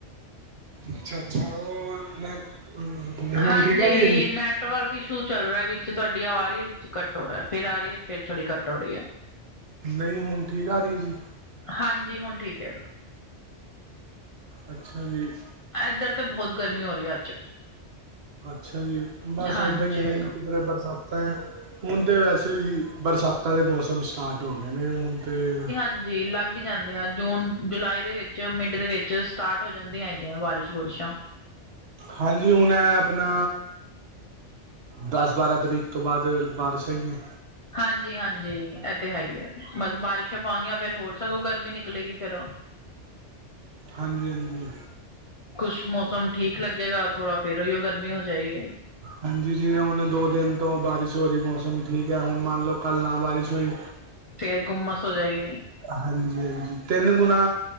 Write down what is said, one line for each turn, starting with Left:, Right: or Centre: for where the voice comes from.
Right: ਅੱਛਾ-ਅੱਛਾ ਉਹ ਮੈਂ, ਹੁਣ
Left: ਹਾਂਜੀ
Right: ਠੀਕ ਆ, ਰਹੀ ਹੈ ਜੀ।
Left: ਨੈਟਵਰਕ, ਇਸ਼ੂ ਚੱਲ ਰਿਹਾ ਹੈ, ਵਿੱਚ ਤੁਹਾਡੀ ਆ ਰਹੀ ਹੈ, ਵਿੱਚ ਕੱਟ ਹੋ ਰਿਹਾ, ਫੇਰ ਆ ਰਹੀ ਹੈ, ਫੇਰ ਤੁਹਾਡੀ ਘੱਟ, ਹੋ ਰਹੀ ਹੈ।
Right: ਨਹੀਂ, ਹੁਣ ਠੀਕ ਆ ਰਹੀ ਜੀ।
Left: ਹਾਂਜੀ, ਹੁਣ ਠੀਕ ਏ।
Right: ਅੱਛਾ, ਜੀ।
Left: ਏਧਰ ਤੇ, ਬਹੁਤ ਗਰਮੀ ਹੋ ਰਹੀ ਅੱਜ
Right: ਅੱਛਾ ਜੀ ਬਸ
Left: ਹਾਂਜੀ
Right: ਉਦਾਂ ਹੀ ਆ ਨਾ ਜੀ ਕਿਧਰੇ ਬਸ ਤਾਂ ਹੁਣ ਤਾਂ ਵੈਸੇ ਵੀ ਬਰਸਾਤਾਂ ਦੇ ਮੌਸਮ ਸਟਾਰਟ ਹੋ ਗਏ ਨੇ ਹੁਣ ਤਾਂ
Left: ਹਾਂਜੀ ਲੱਗ ਜਾਂਦੇ ਆ, ਜੂਨ ਜੁਲਾਈ ਦੇ ਵਿੱਚ ਚ ਮਿੰਡ ਦੇ ਵਿੱਚ ਸਟਾਰਟ ਹੋ ਜਾਂਦੀਆਂ ਹੈਗੀਆਂ, ਬਾਰਿਸ਼ ਬਾਰਿਸ਼ਾਂ
Right: ਹਾਂਜੀ ਹੁਣ ਹੈ, ਆਪਣਾ ਦਸ ਬਾਰਾਂ ਤਰੀਕ ਤੋਂ ਬਾਅਦ ਬਾਰਸਾਂ ਹੀ ਨੇ,
Left: ਹਾਂਜੀ-ਹਾਂਜੀ ਇਥੇ ਹੈ ਹੀ ਹੈ, ਬਸ ਬਾਰਿਸ਼ਾਂ ਪਾਾਂਗੀਆਂ ਫੇਰ ਹੋਰ ਸਗੋਂ ਗਰਮੀ ਨਿਕਲੇਗੀ ਫੇਰ
Right: ਹਾਂਜੀ-ਹਾਂਜੀ,
Left: ਕੁਛ ਮੌਸਮ ਠੀਕ ਲੱਗੇਗਾ, ਥੋੜਾ ਫੇਰ ਉਹ ਉਹ ਗਰਮੀ ਹੋ ਜਾਏਗੀ।
Right: ਹਾਂਜੀ ਜਿਵੇਂ, ਹੁਣ ਦੋ ਦਿਨ ਤੋਂ ਬਾਰਿਸ਼ ਹੋ ਰਹੀ ਮੌਸਮ ਠੀਕ ਹੈ, ਹੁਣ ਮੰਨ ਲੋਓ ਕੱਲ ਨਾ ਬਾਰਿਸ਼ ਹੋਈ।
Left: ਫੇਰ ਗੁੰਮਸ ਹੋ ਜਾਏਗੀ।
Right: ਹਾਂਜੀ-ਹਾਂਜੀ, ਤਿੰਨ ਗੁਣਾ